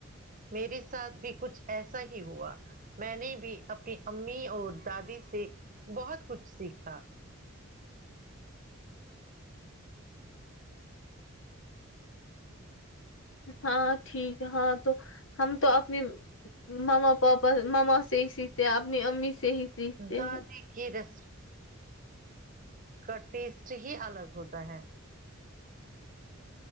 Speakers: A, on the right (about 40°); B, on the left (about 65°).
A: میرے ساتھ بھی کچھ ایسا ہی ہوا میں نے بھی اپنی امی اور دادی سے بہت کچھ سیکھا
B: ہاں ٹھیک ہے ہاں تو ہم تو اپنی ماما پاپا ماما سے ہی سیکھتے ہیں اپنی امی سے ہی سیکھتے
A: داد
B: ہیں
A: <unintelligible> کی رس کا ٹیسٹ ہی الگ ہوتا ہے